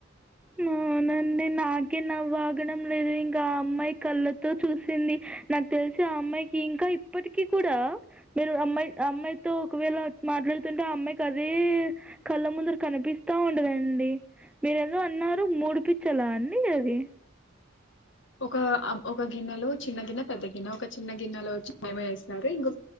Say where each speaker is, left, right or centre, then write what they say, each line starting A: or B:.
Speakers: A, in the centre; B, on the left (about 65°).
A: ఉమ్ అవునండి నాకే నవ్వాగడం లేదు ఇంకా ఆ అమ్మాయి కళ్ళతో చూసింది నాకు తెలిసి ఆ అమ్మాయికి ఇంకా ఇప్పటికీ కూడా మీరు అమ్మాయి అమ్మాయితో ఒకవేళ అ మాట్లాడుతుంటే ఆ అమ్మాయికి అదే కళ్ళ ముందర కనిపిస్తా ఉంటదండి మీరే అన్నారు ముడుపిచ్చలా అండి అది
B: ఒక ఒక గిన్నెలో చిన్న గిన్నె పెద్ద గిన్నె ఒక చిన్న గిన్నెలో చ్చి ఏమో యేసారు ఇంకొ